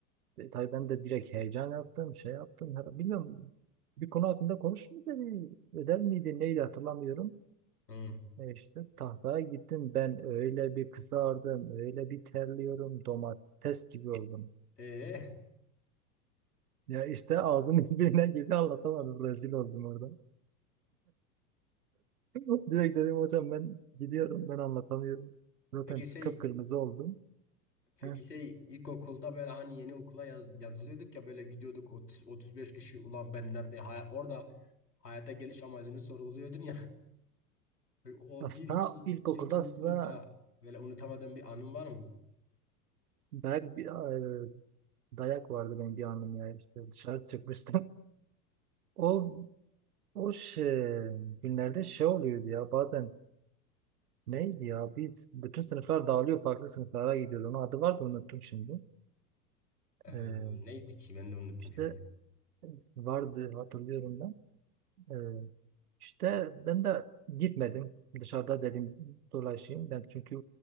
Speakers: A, on the right; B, on the left.
A: E, Tabii ben de direkt heyecan yaptım, şey yaptım. Her- Bilmiyorum bir konu hakkında konuş mu dedi, ödev miydi, neydi hatırlamıyorum.
B: hı.
A: E işte tahtaya gittim ben öyle bir kızardım, öyle bir terliyorum, domates gibi oldum.
B: E,
A: Ya işte ağzım <laughs> birbirine gibi anlatamadım, rezil oldum orada. <laughs> Direkt dedim hocam ben gidiyorum ben anlatamıyorum. Zaten
B: peki şey
A: kıpkırmızı oldum.
B: Peki
A: Heh.
B: şey ilkokulda böyle hani yeni okula yaz- yazılıyorduk ya böyle gidiyorduk 30, 35 kişi ulan ben nerede Hay- orada hayata geliş amacını sorguluyordun ya <laughs> o
A: Aslında
B: bir iki
A: ilkokulda
B: bir ikinci
A: aslında
B: sınıfta böyle unutamadığın bir anın var mı?
A: dayak, bir, e, dayak vardı benim bir anım ya işte dışarı çıkmıştım. <laughs> O o şey, günlerde şey oluyordu ya bazen neydi ya bir bütün sınıflar dağılıyor farklı sınıflara gidiyordu. Onun adı vardı unuttum şimdi.
B: Ee,
A: Ee,
B: neydi ki ben de unuttum
A: işte
B: şimdi.
A: vardı hatırlıyorum ben. Ee, işte ben de gitmedim. Dışarıda dedim dolaşayım. Ben çünkü